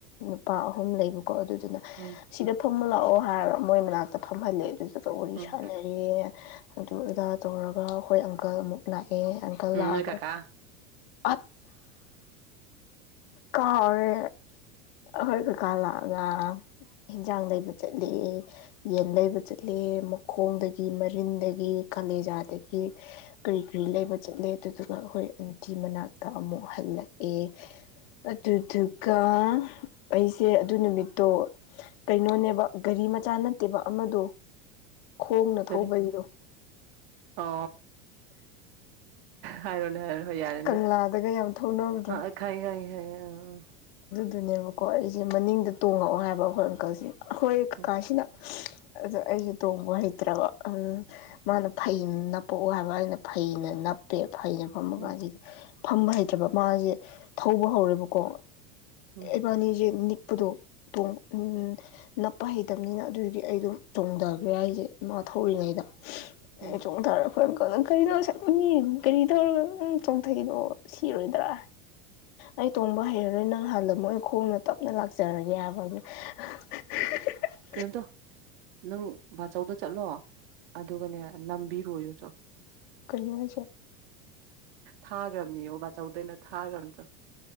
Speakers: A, on the left; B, on the right.
A: ꯅꯨꯄꯥ ꯑꯍꯨꯝ ꯂꯩꯕ ꯀꯣ ꯑꯗꯨꯗꯨꯅ
B: ꯎꯝ
A: ꯁꯤꯗ ꯐꯝꯍꯜꯂꯥꯛꯑꯣ ꯍꯥꯏꯔꯒ ꯃꯣꯏ ꯃꯅꯥꯛꯇ ꯐꯝꯍꯜꯂꯦ ꯑꯗꯨ ꯇ ꯋꯥꯔꯤ
B: ꯎꯝ
A: ꯁꯥꯟꯅꯔꯤ ꯑꯗꯨ ꯑꯗꯥ ꯇꯧꯔꯒ ꯑꯩꯈꯣꯏ ꯑꯪꯀꯜ ꯑꯃꯨꯛ ꯂꯥꯛꯑ ꯑꯪꯀꯜ
B: ꯎꯝ
A: ꯂꯒ
B: ꯅꯣꯏ ꯀꯀꯥ
A: ꯑ ꯀꯥꯔꯦ ꯍꯣꯏ ꯀ ꯀꯥꯂꯑꯒ ꯍꯤꯟꯖꯥꯡ ꯂꯩꯕ ꯆꯠꯂ ꯌꯦꯟ ꯂꯩꯕ ꯆꯠꯂ ꯃꯈꯣꯡꯗꯒꯤ ꯃꯔꯤꯟꯗꯒꯤ ꯀꯅ ꯌꯥꯗꯦ ꯀꯔꯤ ꯀꯔꯤ ꯂꯩꯕ ꯆꯂꯦ ꯑꯗꯨꯗꯨꯒ ꯑꯩꯈꯣꯏ ꯑꯟꯇꯤ ꯃꯅꯥꯛꯇ ꯑꯃꯨꯛ ꯍꯜꯂꯛꯑꯦ ꯑꯗꯨꯗꯨꯒ ꯑꯩꯁꯦ ꯑꯗꯨ ꯅꯨꯃꯤꯠ ꯇꯣ ꯀꯩꯅꯣꯅꯦꯕ ꯒꯥꯔꯤ ꯃꯆꯥ ꯅꯠꯇꯦꯕ ꯑꯃꯗꯣ ꯈꯣꯡꯅ
B: ꯐꯔꯤ
A: ꯊꯧꯕꯒꯤꯗꯣ
B: ꯑ ꯍꯥꯏꯔꯣꯅꯦ ꯍꯥꯏꯔꯣ ꯍꯣꯏ ꯌꯥꯔꯦꯅꯦ
A: ꯀꯪꯂꯥꯗꯒ ꯌꯥꯝ ꯊꯧꯅꯕꯗꯣ
B: ꯑ ꯑꯩ ꯈꯪꯉꯤ ꯈꯪꯉꯤ ꯍ <unintelligible>
A: ꯑꯗꯨꯅꯦꯕꯀꯣ ꯑꯩꯁꯦ ꯃꯅꯤꯡꯗ ꯇꯣꯡꯉꯛꯑꯣ ꯍꯥꯏꯕ ꯑꯩꯈꯣꯏ ꯑꯪꯀꯜꯁꯦ ꯑꯩꯈꯣꯏ ꯀꯀꯥꯁꯤꯅ
B: ꯎꯝ
A: ꯑꯗꯣ ꯑꯩꯒꯤ ꯇꯣꯡꯕ ꯍꯩꯇ꯭ꯔꯕ ꯎꯝ ꯃꯥꯅ ꯐꯩ ꯄꯣꯛꯎ ꯍꯥꯏꯕ ꯑꯩꯅ ꯐꯩꯅ ꯅꯞꯄꯦ ꯐꯩꯅ ꯐꯝꯕ ꯀꯥꯟꯁꯤꯗ
B: ꯎꯝ
A: ꯐꯝꯕ ꯍꯩꯇꯔꯕ ꯃꯥꯁꯦ ꯊꯧꯕ ꯍꯧꯔꯦꯕꯀꯣ
B: ꯎꯝ
A: ꯏꯕꯥꯅꯤꯁꯦ ꯅꯤꯛꯄꯗꯣ <unintelligible> ꯎꯝ ꯅꯞꯄ ꯍꯩꯇꯕꯅꯤꯅ ꯑꯗꯨꯒꯤ ꯑꯩꯗꯨ ꯆ‌ꯣꯡꯊꯈ꯭ꯔꯦ ꯍꯥꯏꯁꯦ ꯃꯥ ꯊꯧꯔꯤꯉꯩꯗ
B: ꯎꯝ
A: ꯑꯩ ꯆꯣꯡꯊꯥꯔꯒ ꯀꯔꯤꯅ‌ꯣ <unintelligible> ꯀꯔꯤ ꯇꯧꯔꯒ ꯅꯪ ꯆꯣꯡꯊꯩꯗ‌ꯣ ꯁꯤꯔꯣꯏꯗ꯭ꯔꯥ ꯑꯩ ꯇꯣꯡꯕ ꯍꯩꯔꯔꯣꯏ ꯅꯪ ꯍꯥꯜꯂꯝꯃ‌ꯣ ꯈꯣꯡꯅ ꯇꯞꯅ ꯂꯥꯛꯆꯔꯒꯦ ꯍꯥꯏꯕ ꯑꯗ <unintelligible>
B: ꯀꯩꯅꯣꯇꯧ ꯅꯪ ꯕꯥꯆꯧꯗ ꯆꯠꯂꯣ ꯑꯗꯨꯒꯅꯦ ꯅꯝꯕꯤꯔꯣꯏꯌ‌ꯣ ꯆ‌ꯣ
A: ꯀꯩꯅꯣ ꯍꯥꯏꯁꯦ
B: ꯊꯥꯒꯔꯝꯅꯤꯑꯣ ꯕꯥꯆꯎꯗ ꯑꯩꯅ ꯊꯥꯒꯔꯝꯅꯤ ꯆ‌ꯣ